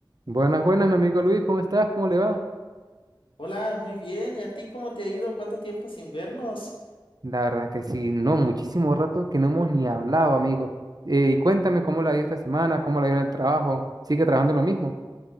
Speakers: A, on the right; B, on the left.
A: Buenas, buenas, mi amigo Luis, ¿cómo estás? ¿Cómo le va?
B: Hola, muy bien. ¿Y a ti cómo te ha ido? ¿Cuánto tiempo sin vernos?
A: La verdad que sí, no, muchísimo rato que no hemos ni hablado, amigo. Eh, y cuéntame cómo la ha ido esta semana, cómo la ha ido en el trabajo. ¿Sigue trabajando en lo mismo?